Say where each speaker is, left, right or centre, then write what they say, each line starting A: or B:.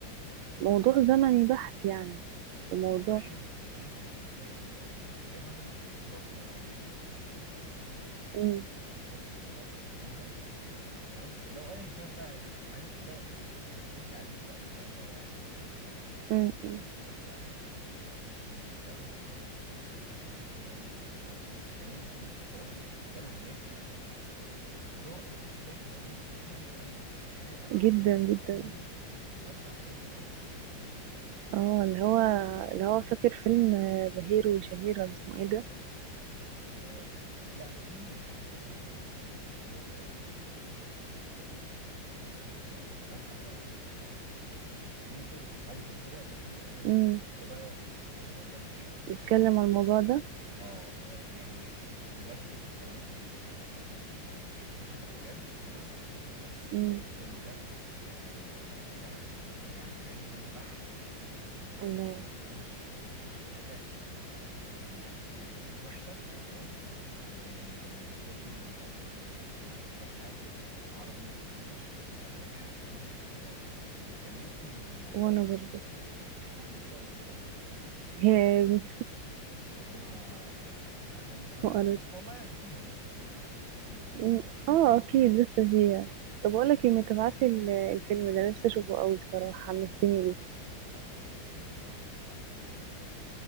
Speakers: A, on the right; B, on the right.
A: موضوع زمني بحت يعني
B: آه،
A: وموضوع
B: الواحد الواحد مش متخيل ان هو تخيل مثلا برضو يعني هديكي مثال لا،
A: امم
B: لو انت رحتي كوكب الزهره تمام لو ايا كان بقى يعني عرفتي بقى تعيش عليك بأي طريقة يعني لو
A: امم أمم.
B: وعشت عليه انت الزمن هناك هيمشي اسرع بكتير قوي من الارض تخيلي انت ممكن تقعدي سنه هناك الموضوع موضوع بجد مذهل قوي تخيلي انا اقعد
A: جدا
B: سنه من
A: جدا
B: عمري وارجع الاقي الارض 10 سنين
A: اه اللي هو اللي هو فاكر فيلم آه، بهير وشهير ولا اسمه ايه ده
B: آه لا في في فيلم اسمه انستليتور مش عارف- مش عارف انطقه ايه انستليتور او حاجه زي كده ده فيلم اجنبي
A: امم
B: ده بقى حرفيا ده بيشرح
A: بيتكلم
B: آه،
A: عن الموضوع ده
B: اه آه، يعني بجد لو انت لو انت ما بتحبيش الافلام عموما بس بجد
A: امم
B: الفيلم ده آه يعني يعني علمي بحت وبجد
A: الله
B: ما فيهوش ما فيهوش حاجه آه يعني يعني وحشه تمام و- وبجد من افضل الافلام اللي انا شفتها في حياتي أف- عربي او انجليش لان انا بحب جدا الفضاء وكان نفسي من وانا صغير
A: وانا برضو
B: آه اكون رائد فضاء
A: <laughs>
B: بس يعني
A: هي يا ابني
B: بس ربنا يعني دخلني في مجال
A: وقرت
B: بس والله يعني فيها لسه لسه لسه فيها ان شاء
A: أمم،
B: الله
A: اه اكيد لسه فيها طب اقول لك ايه ما تبعت لي الفيلم ده نفسي اشوفه قوي بصراحه حمستني ليه
B: <laughs> خلاص تمام ماشي هبعت لك كده باذن الله